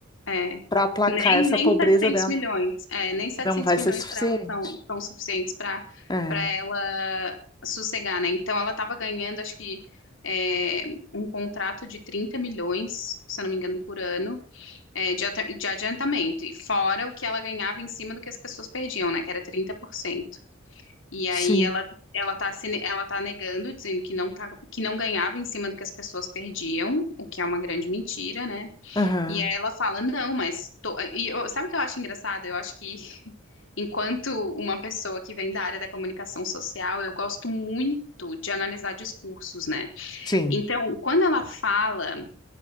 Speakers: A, on the left (about 65°); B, on the left (about 20°).
A: É.
B: para aplacar
A: Nem,
B: essa
A: nem
B: pobreza
A: 700
B: dela.
A: milhões. É, nem 700
B: Não vai
A: milhões
B: ser suficiente.
A: para ela são, são suficientes para
B: É,
A: para ela sossegar, né? Então ela estava ganhando, acho que é, um contrato de 30 milhões, se eu não me engano, por ano, é, de, ata- de adiantamento. E fora o que ela ganhava em cima do que as pessoas perdiam, né? Que era 30%. E aí
B: sim,
A: ela ela tá se ne- ela tá negando, dizendo que não tá, que não ganhava em cima do que as pessoas perdiam, o que é uma grande mentira, né?
B: aham,
A: E aí ela fala, não, mas tô... e eu- sabe o que eu acho engraçado? Eu acho que <laughs> enquanto uma pessoa que vem da área da comunicação social, eu gosto muito de analisar discursos, né?
B: sim.
A: Então, quando ela fala,